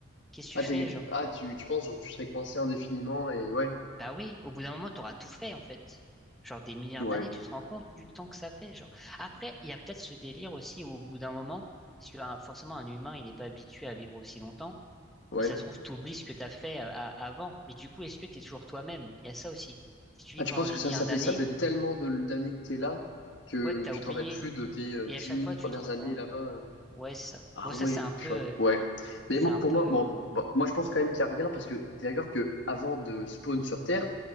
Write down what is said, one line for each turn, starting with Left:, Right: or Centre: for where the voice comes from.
Centre: qu'est-ce que
Left: Ah,
Centre: tu fais,
Left: t'es-
Centre: genre?
Left: ah tu, tu penses, genre, tu serais coincé indéfiniment et ouais,
Centre: Bah oui, au bout d'un moment, t'auras tout fait, en fait. Genre, des milliards
Left: ouais,
Centre: d'années, tu te rends compte du temps que ça fait, genre. Après, il y a peut-être ce délire aussi où, au bout d'un moment, parce que hein, forcément, un humain, il n'est pas habitué à vivre aussi longtemps.
Left: ouais.
Centre: Ça se trouve, t'oublies ce que t'as fait euh, à- avant. Mais du coup, est-ce que t'es toujours toi-même? Il y a ça aussi. Si tu
Left: Ah,
Centre: vis
Left: tu
Centre: pendant
Left: penses
Centre: des
Left: que ça,
Centre: milliards
Left: ça
Centre: d'années,
Left: fait, ça fait tellement de, d'années que t'es là que
Centre: quoi que t'as
Left: tu
Centre: oublié.
Left: te rappelles plus de tes euh,
Centre: Et
Left: 10
Centre: à chaque
Left: 000
Centre: fois,
Left: premières
Centre: tu te recon...
Left: années là-bas. euh?
Centre: Ouais, c'est ça.
Left: Ah
Centre: Bon, ça,
Left: ouais,
Centre: c'est un peu,
Left: purée.
Centre: euh,
Left: Ouais. Mais
Centre: c'est
Left: mo-
Centre: un
Left: pour
Centre: peu
Left: moi,
Centre: euh,
Left: bon,
Centre: loin.
Left: bon, moi je pense quand même qu'il n'y a rien parce que t'es d'accord que avant de spawn sur Terre,